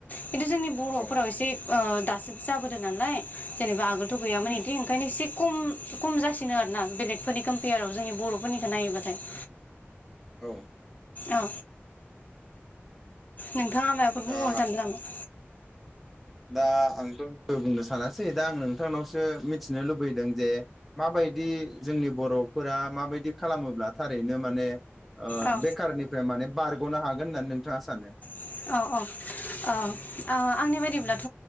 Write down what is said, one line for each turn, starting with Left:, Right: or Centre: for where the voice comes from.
Left: खिन्थु जोंनि बर'फोराव
Centre: औ
Left: एसे ओ दासो जाबोदों नालाय जेनबा आगो थ' गैयाम
Centre: उम
Left: बिदि ओंखायनो एसे खम खम जासिनो आरोना बेलेगफोरनिखौ फैयाराव जोंनि बर'फोरनिखौ नायोबाथाय <inaudible>
Centre: औ।
Left: औ। नोंथाङा माबाफोर
Centre: दा
Left: बुंबावनो सान्दों नामा? <inaudible>
Centre: दा आंथ' बुंनो सानासै दा आं नोंथांनावसो मिथिनो लुबैदों जे माबायदि जोंनि बर'फोरा माबायदि खालामोब्ला थारैनो माने ओ
Left: औ
Centre: बेखारनिफ्राय माने बार गनो हागोन होननानै नोंथाङा सानो?
Left: अ अ ओ ओ आंनि बायदिब्लाथ'